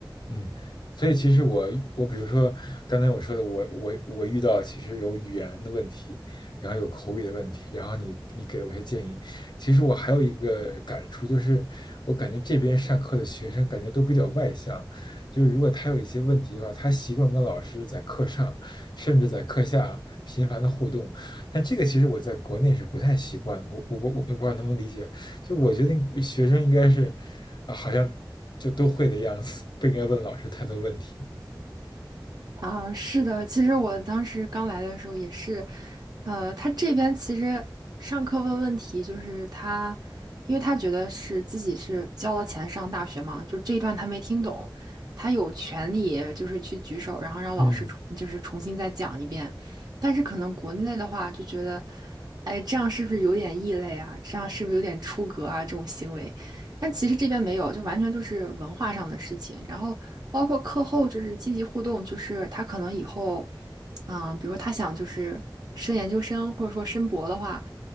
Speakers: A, on the left (about 65°); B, on the right (about 55°).
A: 嗯，所以其实我我比如说刚才我说的，我我我遇到其实有语言的问题，然后有口语的问题，然后你你给了我一些建议，其实我还有一个感触，就是我感觉这边上课的学生感觉都比较外向，就是如果他有一些问题的话，他习惯跟老师在课上甚至在课下频繁的互动，但这个其实我在国内是不太习惯的，我我我我不知道能不能理解，就我觉得学生应该是啊，好像就都会的样子，不应该问老师太多问题。
B: 啊，是的，其实我当时刚来的时候也是，呃，他这边其实上课问问题，就是他，因为他觉得是自己是交了钱上大学嘛，就这一段他没听懂，他有权利就是去举手，然后让老师重就是重新再讲一遍。
A: 嗯。
B: 但是可能国内的话就觉得，哎，这样是不是有点异类啊？这样是不是有点出格啊？这种行为，但其实这边没有，就完全就是文化上的事情。然后包括课后就是积极互动，就是他可能以后，嗯，比如说他想就是升研究生或者说申博的话，